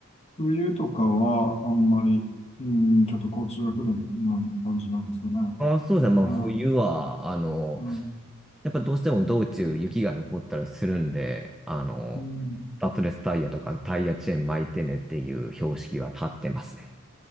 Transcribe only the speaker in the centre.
は、そうですね、まあ冬は、
あの、
やっぱどうしても道中雪が残ったりするんで、あの、
スタッドレスタイヤとかタイヤチェーン巻いてねっていう標識は立ってますね。